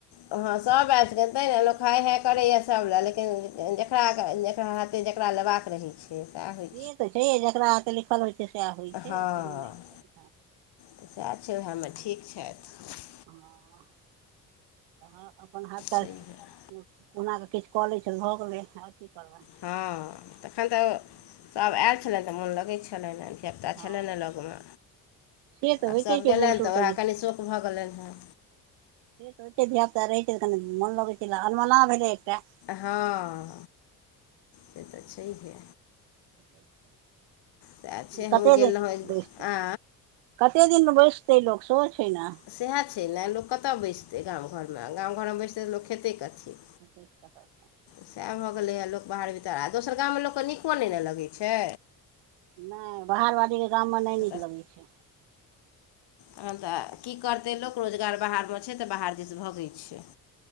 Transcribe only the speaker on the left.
हँ सभ आब तै ने लोक हाय हाय करैए सभ लए लेकिन जेकरा जेकरा हाथ जेकरा लेबाक रही सह
होइ
हँ
चछा अच्छ हममे ठीक छथि
छैहे
हँ तखन तऽ सब आयल छलनि तऽ मोन लगै छलनि सबटा
छलै न लगमे
आब
सब
गेलन
तऽ ओएह
कनि शोक भऽ गेलन हँ
हँ से तऽ छैहे
सएह छै हमहूँ
गेल
रहौँ
आ
सएह छै ने लोक कतय बैसतै गाम घरमे गाम घरमे बैसतै तऽ लोक खेतै कथी
सएह भऽ गेलैए लोक बाहर भीतर आ दोसर गाम मे लोक के नीको ने ने लगै छै
से
हँ तऽ की करतै, लोक रोजगार बाहरमे छै तऽ बाहर जेसँ भगैत छै।